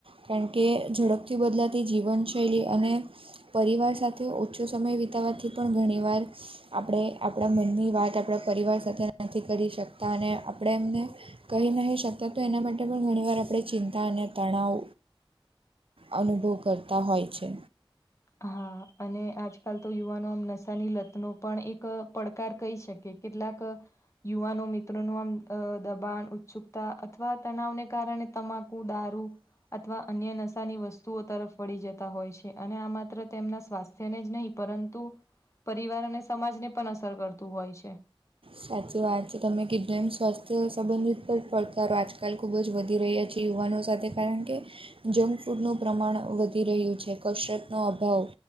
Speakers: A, on the right; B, on the left.
A: કારણ કે ઝડપથી બદલાતી જીવનશૈલી અને પરિવાર સાથે ઓછો સમય વિતાવવાથી પણ ધણી વાર આપણે આપણા મનની વાત આપણા પરિવાર સાથે નથી કરી શકતા અને આપણે એમને કહી નહીં શકતા તો એના માટે પણ ઘણી વાર આપણે ચિંતા અને તણાવ અનુભવ કરતા હોય છે
B: હા અને આજકાલ તો યુવાનો આમ નશાની લતનો પણ એક પડકાર કહી શકે કેટલાક યુવાનો મિત્રોનું આમ દબાણ ઉત્સુકતા અથવા તણાવને કારણે તમાકુ દારૂ અથવા અન્ય નશાની વસ્તુઓ તરફ વળી જતા હોય છે અને આમાં મા તેમના સ્વાસ્થ્યને જ નહીં પરંતુ પરિવાર અને સમાજને પણ અસર કરતું હોય છે
A: સાચી વાત છે તમે કિધુ એમ સ્વાસ્થ્ય સંબંધિત પણ પડકારો આજકાલ ખૂબ જ વધી રહ્યા છેએ યુવાનો સાથે કારણ કે જંક ફૂડનું પ્રમાણ વધી રહ્યું છે કસરતનો અભાવ